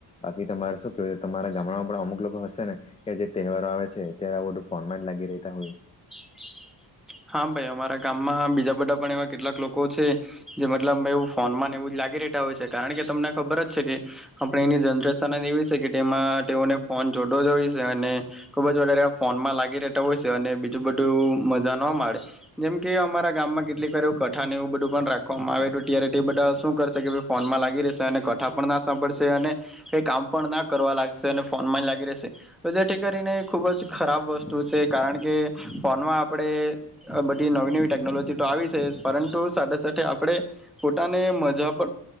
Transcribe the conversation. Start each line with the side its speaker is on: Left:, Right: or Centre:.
Left: બાકી તમારા કે તમારા ગામડામાં પણ અમુક લોકો હશે ને કે જે તહેવારો આવે છે ત્યારે બધું ફોન માં જ લાગી રતા હોય.
Centre: <inaudible> હા ભાઈ અમારા ગામમાં બીજા બધા પણ એવા કેટલાક લોકો છે જે મતલબ ફોનમાંને એવું જ લા ગી હોય છે કારણ કે તમને ખબર જ છે કે આપની જનરેશન એવી છે કે તેમાં તેને ફોન જોતો જ હો અને ખુબ જ વધારે ફોનમાં લાગી રતા હોય છે અને બીજું બધું. જા ન મળે જેમ કે અમારા ગામમાં કેટલીક વા એું કઠાણ એવું બધું પણ રાખવામાં આવે તો ત્યારે બધા શું કરશે કે ફોનમાં લાગી રશે અને કથા પણ ન સાંભળશે અને ક કામ પણ ના કરવા લાગશે અને ફોન લાગી રહેશે તો જેથી કરીને ખૂબ જ ખરાબ વસ્તુ છે કારણ કે ફોનમાં પણે આ બધી નવી-નવી ટેકનોલોજી તો આવી છે, પરંતુ સાથે-સાથે આપણે પોતાને મજા પણ